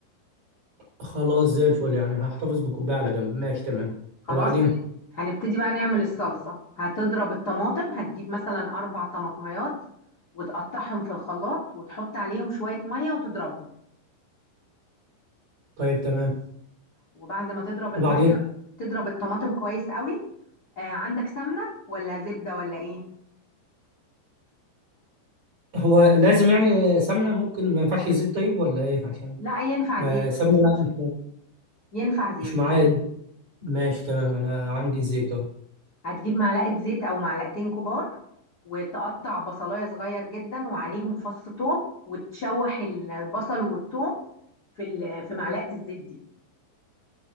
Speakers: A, on the right; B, on the left.
A: خلاص زي الفل يعني هحتفظ بكوبايه على جنب ماشي تمام
B: خلاص
A: وبعدين
B: هن- هنبتدي بقى نعمل الصلصه هتضرب الطماطم هتجيب مثلا اربع طماطميات وتقطعهم في الخلاط وتحط عليهم شويه ميه وتضربهم
A: طيب تمام
B: وبعد ما تضرب
A: وبعدين
B: الميه تضرب الطماطم كويس قوي آه عندك سمنه ولا زبده ولا ايه
A: هو لازم يعني سمنه ممكن ما ينفعش زيت طيب ولا ايه عشان
B: لا ينفع
A: ما
B: زيت
A: سمنه
B: مفيش
A: لا
B: مشكله
A: مش
B: ينفع زيت
A: مش معايا
B: تجيب
A: ماشي تمام انا عندي زيت أهو.
B: هتجيب معلقه زيت او معلقتين كبار وتقطع بصلايه صغير جدا وعليهم فص ثوم وتشوح البصل والثوم في ال- في معلقه الزيت دي